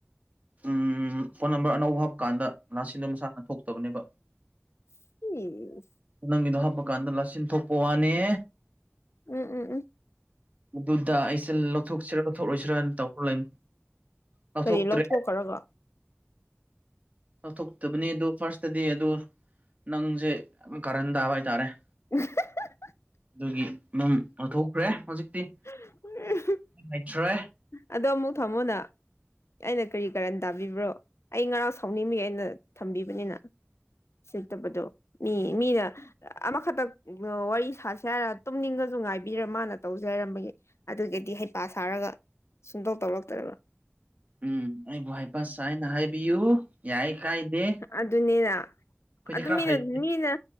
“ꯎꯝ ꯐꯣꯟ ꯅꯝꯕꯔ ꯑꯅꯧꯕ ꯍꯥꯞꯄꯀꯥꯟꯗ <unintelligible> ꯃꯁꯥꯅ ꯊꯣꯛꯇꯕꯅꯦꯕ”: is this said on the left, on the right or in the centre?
Right